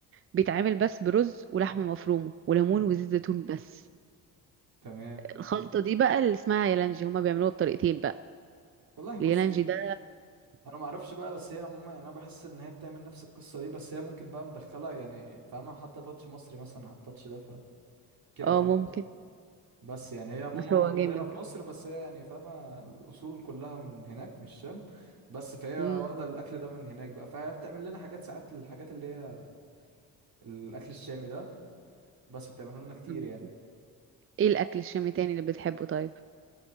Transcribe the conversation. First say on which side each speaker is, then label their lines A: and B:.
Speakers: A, on the right; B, on the right.
A: بيتعمل بس برز ولحمه مفرومه وليمون
B: مم.
A: وزيت زيتون بس
B: تمام
A: الخلطه دي بقى اللي اسمها يالانجي هما بيعملوها بطريقتين بقى
B: والله بصي
A: اليالانجي ده
B: انا ما اعرفش بقى بس هي ماما يعني انا بحس ان هي بتعمل نفس القصه دي بس هي ممكن بقى مدخله يعني فاهمه حتى تاتش مصري مثلا على التاتش ده فكده
A: اه
B: فاهمه
A: ممكن
B: بس يعني هي ماما
A: بس هو
B: مولوده
A: جامد
B: هنا في
A: ده
B: مصر بس هي يعني فاهمه الاصول كلها من هناك من الشام بس فهي
A: مم.
B: واخده الاكل ده من هناك بقى فهي بتعمل لنا حاجات ساعات الحاجات اللي هي الاكل الشامي ده بس بتعمله لنا كتير
A: طب
B: يعني
A: ايه الاكل الشامي تاني اللي بتحبه طيب